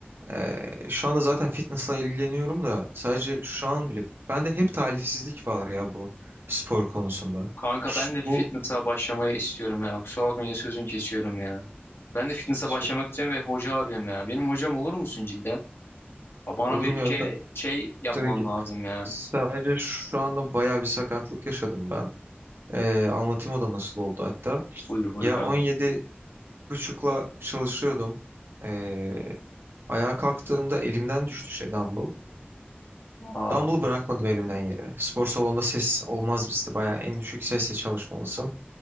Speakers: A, on the right; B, on the left.
A: eee, şu anda zaten fitnessla ilgileniyorum da sadece şu an bile bende hep talihsizlik var ya bu spor konusunda.
B: kanka
A: Şu-
B: ben de fitness'a
A: bu
B: başlamayı istiyorum ya. Kusura bakma yine sözünü kesiyorum ya. Ben de fitness'a
A: sorayım.
B: başlamak için ve hoca arıyorum ya. Benim hocam olur musun cidden? Aa, Bana
A: Olur
B: bir
A: mu
B: şey
A: ya kanka?
B: şey yapman
A: Tabii ki.
B: lazım ya.
A: Sadece şu anda bayağı bir sakatlık yaşadım ben. Ee, anlatayım o da nasıl oldu hatta.
B: Buyur buyur
A: Ya
B: kanka.
A: 17 buçukla çalışıyordum. Ee, ayağa kalktığımda elimden düştü şey dumbbell.
B: Aa,
A: Dumbbell'ı bırakmadım elimden yere. Spor salonunda ses olmaz bizde. Bayağı en düşük sesle çalışmalısın.